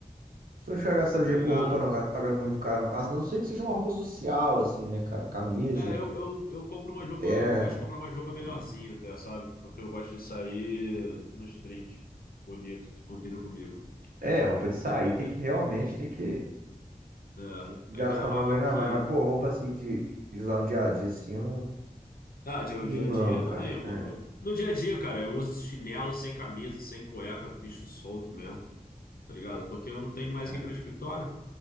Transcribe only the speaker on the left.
tô ligado.
É, eu, eu, eu compro uma roupa,
eu gosto de comprar uma roupa melhorzinha
até, sabe? Porque eu gosto de sair nos trinques bonito, que combina comigo.
<laughs>
É,
aí já é uma
marquinha.
Ah, de
dia
a dia
também, eu
compro. No dia a dia, cara, eu uso chinelo sem camisa, sem cueca, bicho solto mesmo. tá ligado? Porque eu não tenho mais
que ir para escritório.